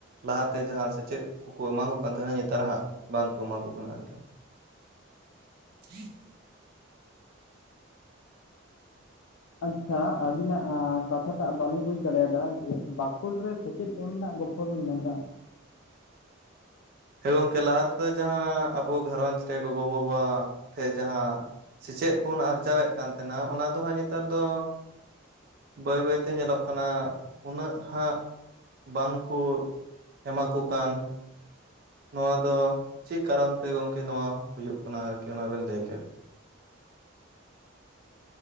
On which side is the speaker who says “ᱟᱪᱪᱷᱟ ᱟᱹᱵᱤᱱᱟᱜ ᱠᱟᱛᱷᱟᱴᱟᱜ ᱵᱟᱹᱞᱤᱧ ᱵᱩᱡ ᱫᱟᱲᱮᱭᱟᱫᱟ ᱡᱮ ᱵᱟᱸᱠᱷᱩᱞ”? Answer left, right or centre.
Left